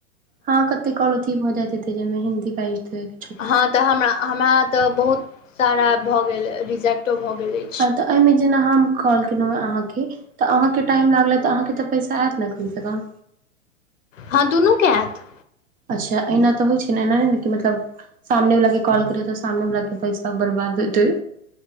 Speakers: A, on the right; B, on the left.
A: हँ कते काँल अथि भऽ जैते हेतै, जहिमे हिन्दी बाइज देत।
B: हँ तऽ हमरा, हमरा ते बहुत सारा भए गेल रिजेक्टो भए गेले।
A: हँ, तऽ एहिमे जेना हम कॉल केलहुँ हँ अहाँकेँ। तऽ अहाँकेँ टाइम लागलय तऽ, अहाँकेँ तऽ पैसा आत ने कमसे -कम।
B: हँ, दुनू कै ऐत।
A: अच्छा! एना तऽ होइ छै ने, एना नहि ने कि मतलब सामने वाला के कॉल करियो त, सामने वाला के पैसा बर्बाद हेतै।